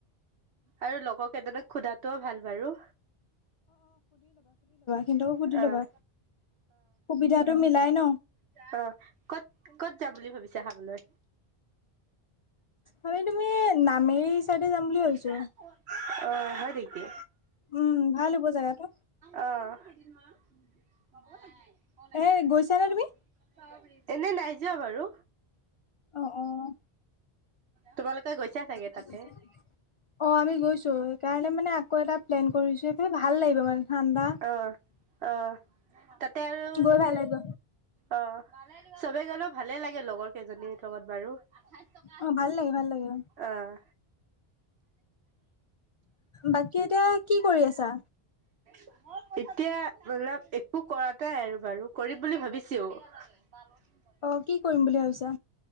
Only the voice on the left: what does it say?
কিন্তু সুধি
ল'বা সুবিধাটো মিলাই ন?
আমি তুমি নামেৰি চাইডে যাম বুলি
ভাবিছো
উম ভাল হ'ব জেগাটো
এ গৈছানে তুমি
অ', অ',
অ',
আমি
গৈছোঁ, সেইকাৰণে মানে আকৌ এটাত প্লেন কৰিছোঁ, সেইকাৰণে ভাল লাগিব মানে। ঠাণ্ডা
গৈ ভাল লাগিব
অ', ভাল লাগে ভাল লাগে
বাকী এতিয়া কি কৰি আছা
অ', কি কৰিম বুলি ভাবিছা